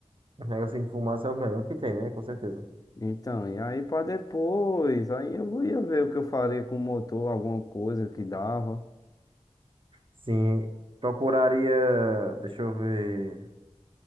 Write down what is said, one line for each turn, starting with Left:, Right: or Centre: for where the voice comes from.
Right: negocinho de fumaça é o melhor que tem, né? Com certeza.
Left: Então, e aí pra depois, aí eu ia ver o que eu faria com o motor, alguma coisa que dava.
Right: Sim, procuraria... Deixa eu ver...